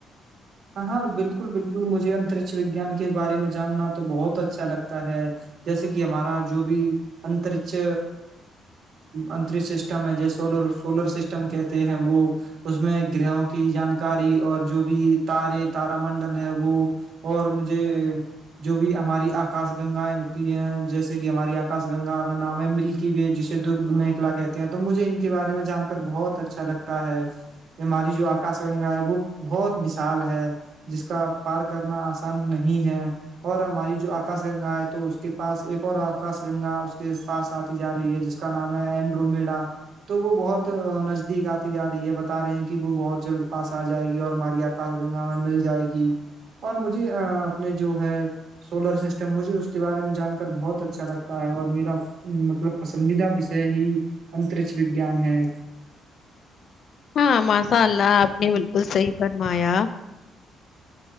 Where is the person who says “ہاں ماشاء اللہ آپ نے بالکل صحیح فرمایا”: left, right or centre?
Left